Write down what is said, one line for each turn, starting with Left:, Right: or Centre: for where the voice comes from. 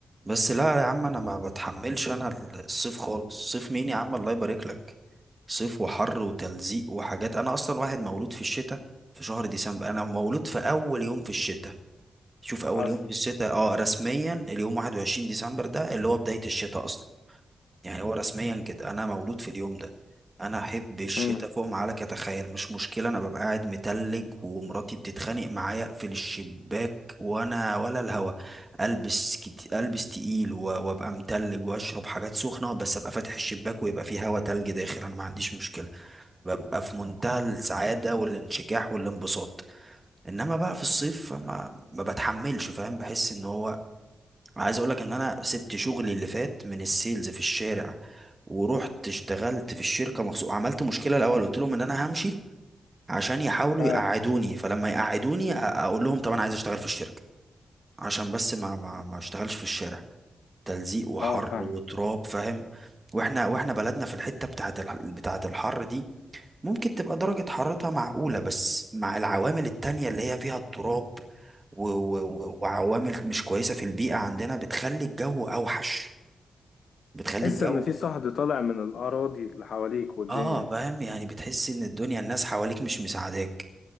Right: بس لا يا عم انا ما بتحملش انا الصيف خالص صيف مين يا عم الله يبارك لك صيف وحر وتلزيق وحاجات انا اصلا واحد مولود في الشتاء في شهر ديسمبر انا مولود في اول يوم في الشتاء شوف اول
Left: اصلا
Right: يوم في الشتاء اه رسميا اليوم 21 ديسمبر ده اللي هو بداية الشتاء اصلا يعني هو رسميا كده انا مولود في اليوم ده انا احب الشتاء
Left: امم
Right: فوق ما عليك اتخيل مش مشكله انا ببقى قاعد متلج ومراتي بتتخانق معايا اقفل الشباك وانا ولا الهوا البس كت... البس تقيل و- وابقى متلج واشرب حاجات سخنه بس ابقى فاتح الشباك ويبقى فيه هوا تلج داخل انا ما عنديش مشكله ببقى في منتهى السعاده والانشكاح والانبساط انما بقى في الصيف ما ما بتحملش فاهم بحس ان هو عايز اقولك ان انا سبت شغلي اللي فات من السيلز في الشارع ورحت اشتغلت في الشركه مخصوص عملت مشكله الاول قلت لهم ان انا همشي عشان يحاولوا
Left: اه
Right: يقعدوني فلما يقعدوني أ- اقول لهم طب انا عايز اشتغل في الشركه عشان بس ما ما ما اشتغلش في الشارع تلزيق وحر
Left: اه فاهم
Right: وتراب فاهم واحنا واحنا بلدنا في الحته بتاعه الح- بتاعه الحر دي ممكن تبقى درجة حرارتها معقولة بس مع العوامل التانية اللي هي فيها التراب و و و وعوامل مش كويسة في البيئة عندنا بتخلي الجو أوحش بتخلي
Left: تحس
Right: الجو
Left: ان في صهد طالع من الاراضي اللي حواليك والدنيا
Right: اه
Left: دي
Right: فاهم يعني بتحس ان الدنيا الناس حواليك مش مساعداك